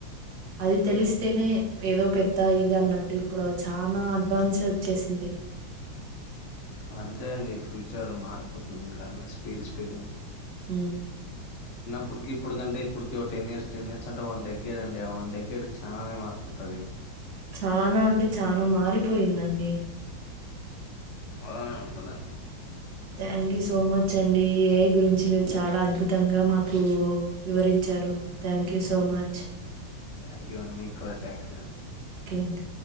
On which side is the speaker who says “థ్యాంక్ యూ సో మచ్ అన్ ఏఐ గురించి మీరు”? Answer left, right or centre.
Right